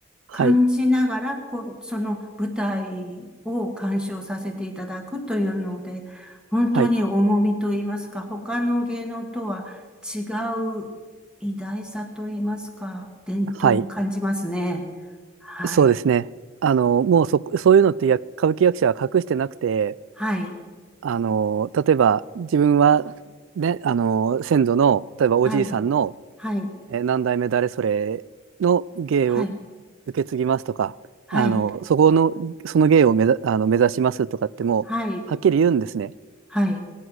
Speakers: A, on the right; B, in the centre.
A: はい。
B: 感じながら、こう、その舞台を鑑賞させていただくというので、本当に重みと言いますか、
A: はい。
B: 他の芸能とは違う偉大さと言いますか、伝統を感じますね。
A: はい。
B: はい。
A: そうですね。あの、もうそ、そういうのってや歌舞伎役者は隠してなくて、
B: はい。
A: あの、例えば自分は、ね、あの、先祖の、例えばおじいさんの、
B: はい。はい。
A: えー、何代目誰それの芸を
B: はい。
A: 受け継ぎますとか、
B: はい。
A: あの、そこの、その芸を目ざ、あの、目指しますとかってもう、
B: はい。
A: はっきり言うんですね。
B: はい。